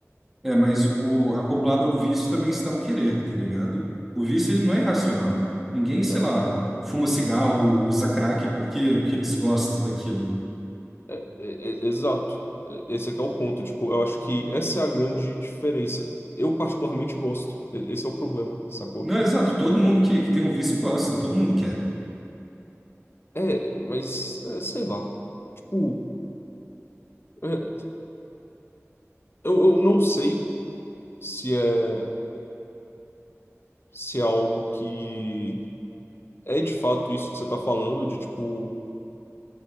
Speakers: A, in the centre; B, on the left.
A: É, mas o acoplado ao vício também está o querer, tá ligado? O vício ele não é irracional. Ninguém, sei
B: É,
A: lá, fuma cigarro ou usa crack porque, porque desgosta daquilo.
B: é, é, é- exato. É, Esse aqui é o ponto. Tipo, eu acho que essa é a grande diferença. Eu particularmente gosto. E- Esse é o problema, sacou?
A: Não, exato. Todo mundo
B: É,
A: que, que tem um vício gosta, todo mundo quer.
B: é, mas, é, sei lá. Tipo, é, eu, eu não sei se é, se é algo que é de fato isso que você tá falando, de tipo,